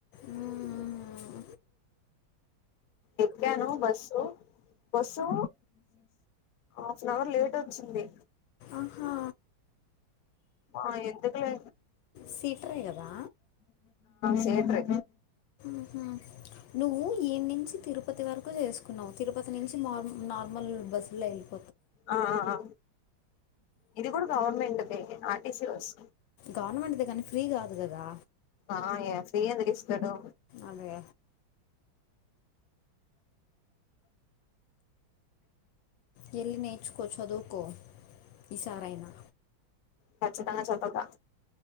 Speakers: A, on the left (about 75°); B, on the left (about 60°).
A: ఉమ్,
B: ఎక్కాను bus bus half an hour late వచ్చింది
A: ఆహా
B: ఆ ఎందుకులే
A: సిీట్రే కదా
B: థియేట్రే
A: ఆహా నువ్వు ఈయ నుంచి తిరుపతి వరకు చేసుకున్నావు తిరుపతి నుంచి నార్ నార్మల్ బస్సులు వెి
B: ఆ ఆ ఇది కూడా గవర్మెంట్ ఆర్టీసి బస్
A: గవర్నమెంట్ దే కానీ ఫ్రీ కాదు కదా
B: ఆయ ఫ్రీ ఎందుకు ఇస్తాడు
A: అదే వెళ్ళి నేర్చుకో చదువుకో ఈసారైనా
B: ఖచ్చతంగా చదువుత